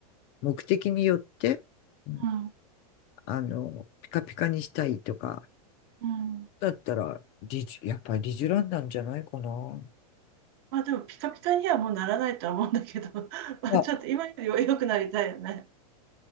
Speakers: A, on the left (about 30°); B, on the right (about 40°).
A: 目的によって、うん、
B: ん、
A: あの、ピカピカにしたいとか、
B: うん。
A: だったら、リジ、やっぱりリジュランなんじゃないかな。ま
B: まあ、でも、ピカピカにはもうならないとは思うんだけど、<laughs> まあ、
A: あ、
B: ちょっと今よりは良くなりたいよね。